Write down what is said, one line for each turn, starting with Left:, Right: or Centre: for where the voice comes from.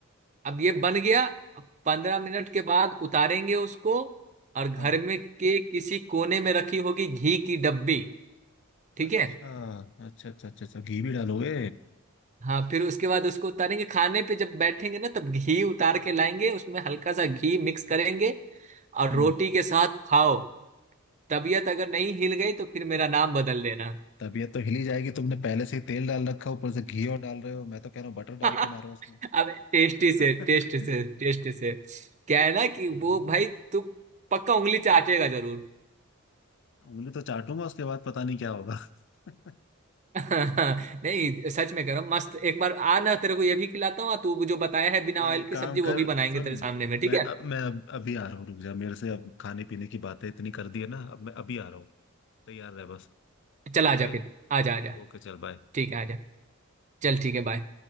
Right: अब ये बन गया अब पंद्रह मिनट के बाद उतारेंगे उसको और घर
Left: हाँ
Right: में के किसी कोने में रखी होगी घी की डब्बी ठीक
Left: अच्छा
Right: है
Left: अच्छा अच्छा अच्छा अच्छा घी भी डालोगे
Right: हाँ फिर उसके बाद उसको उतारेंगे खाने पे जब बैठेंगे ना तब घी उतार के लाएंगे उसमें हल्का सा घी मिक्स करेंगे और
Left: हम्म
Right: रोटी के साथ खाओ तबीयत अगर नहीं हिल गई तो फिर मेरा नाम बदल देना
Left: तबीयत तो हिली जाएगी तुमने पहले से ही तेल डाल रखा है, ऊपर से घी और डाल रहे हो मैं तो कह रहा हूँ बटर
Right: <laughs>
Left: डाल के मारो उसमें
Right: अब टेस्टी
Left: <laughs>
Right: से टेस्ट से टेस्ट से क्या है ना कि
Left: हाँ,
Right: वो भाई तू पक्का उंगली चाटेगा जरूर
Left: उंगली तो चाटूंगा उसके बाद पता नहीं क्या होगा <laughs>
Right: <laughs> नहीं सच में कह रहा हूँ मस्त एक बार आ ना तेरे को ये भी खिलाता हूँ और तू जो बताया है बिना
Left: चल
Right: ऑयल
Left: एक
Right: की
Left: काम
Right: सब्जी
Left: कर
Right: वो भी बनाएंगे
Left: सुन
Right: तेरे सामने में ठीक
Left: मैं
Right: है
Left: अब मैं अब अभी आ रहा हूँ रुक जा मेरे से अब खाने पीने की बातें इतनी कर दी है ना अब मैं अभी आ रहा हूँ तैयार रह बस
Right: चल
Left: ठीक
Right: आजा
Left: है
Right: फिर आजा आजा
Left: ओके चल बाय
Right: ठीक है आजा चल ठीक है बाय